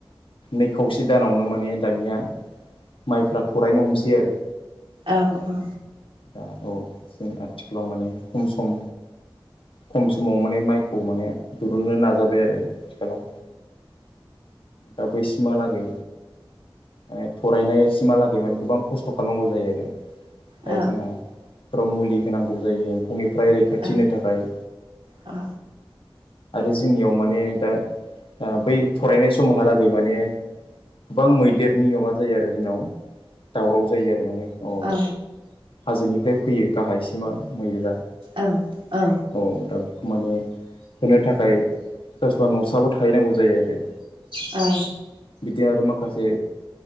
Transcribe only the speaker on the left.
नै खावसे दानावनो माने दानिया माइफ्रा थरायनो हमसै आरो
दा औ जों आथिखालाव माने खम सम खम समाव माने माइखौ माने दुरुननो नाजाबाय आरो आथिखालाव दा बैसिमहालागै ओ थरायनाय सिमहालागै माने गोबां खस्थ' खालामनांगौ जायो आरो
दा जोंहा बेफोराव मुलि होनांगौ जायो एमफौनिफ्राय रैखाथि
होनो थाखाय
आरो जोंनियाव माने दा बै थरायनाय समावहालागै माने गोबां मैदेरनि माबा जायो आरो जोंनाव दावराव जायो आरो माने अ
हाजोनिफ्राय फैयो गाहायसिमा मैदेरा
औ दा बेखौ माने होनो थाखाय सोरबा सोरबा न'साबो थाहैनांगौ जायो आरो
बिथिं आरो माखासे